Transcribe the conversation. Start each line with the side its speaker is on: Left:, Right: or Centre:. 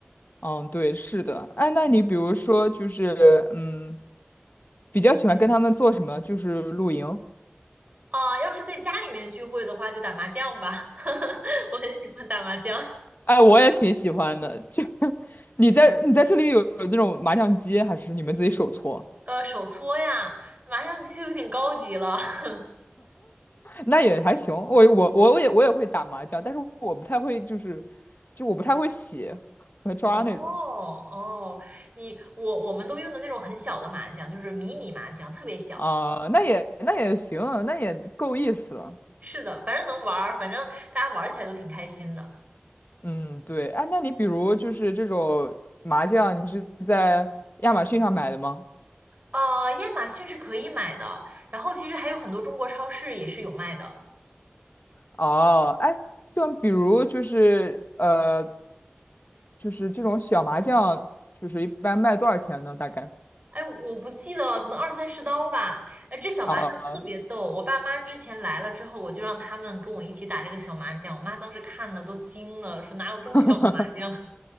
Left: 嗯，对，是的。哎，那你比如说就是，
Right: 嗯，
Left: 嗯，比较喜欢跟他们做什么？就是露营。
Right: 啊，要是在家里面聚会的话，就打麻将吧。<laughs> 我很喜欢打麻将。
Left: 哎，我也挺喜欢的。就 <laughs> 你在你在这里有有那种麻将机，还是你们自己手搓？
Right: 呃，手搓呀，麻将机就有点高级了。<laughs>
Left: 那也还行。我我我也我也会打麻将，但是我不太会，就是就我不太会洗和抓那种。
Right: 哦哦，你我我们都用的那种很小的麻将，就是迷你麻将，特别小。
Left: 啊、那也那也行，那也够意思了。
Right: 是的，反正能玩儿，反正大家玩儿起来都挺开心的。
Left: 嗯，对。哎，那你比如就是这种麻将，你是在亚马逊上买的吗？
Right: 呃，亚马逊是可以买的，然后其实还有很多中国超市也是有卖的。
Left: 哦，哎，就比如就是呃，就是这种小麻将，就是一般卖多少钱呢？大概
Right: 哎，我不记得了，可能二三十刀吧。哎，这小麻将特别逗，
Left: 啊，
Right: 我爸妈之前来了之后，我就让他们跟我一起打这个小麻将，我妈当时看了都惊了，说哪有这么小的麻将？
Left: <laughs>